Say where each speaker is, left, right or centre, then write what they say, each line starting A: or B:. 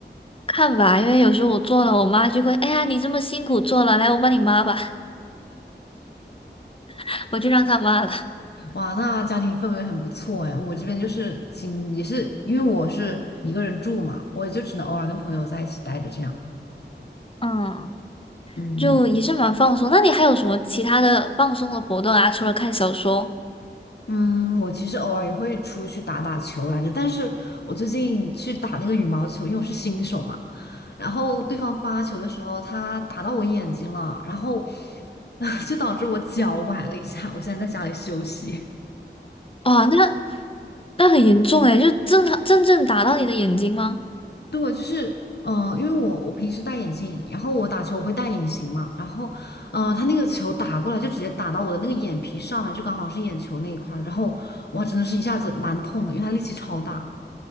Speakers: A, on the left; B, on the left.
A: 看吧，因为有时候我做了，我妈就会，哎呀，你这么辛苦做了，来，我帮你抹吧，<laughs> 我就让他抹了，
B: 哇，那家庭氛围很不错哎。我这边就是仅也是因为我是一个人住嘛，我就只能偶尔跟朋友在一起待着这样。
A: 嗯，
B: 嗯。
A: 就也是蛮放松。那你还有什么其他的放松的活动啊？除了看小说？
B: 嗯，我其实偶尔也会出去打打球来着，但是我最近去打那个羽毛球，因为我是新手嘛，然后对方发球的时候，他打到我眼睛了，然后 <laughs> 就导致我脚崴了一下，我现在在家里休息。<laughs>
A: 哇，那那很严重诶，就正常真正打到你的眼睛吗？
B: 对，就是嗯、呃因为我我平时戴眼镜，然后我打球我会戴隐形嘛，然后嗯、呃他那个球打过来就直接打到我的那个眼皮上面，就刚好是眼球那一块儿，然后哇，真的是一下子蛮痛的，因为他力气超大。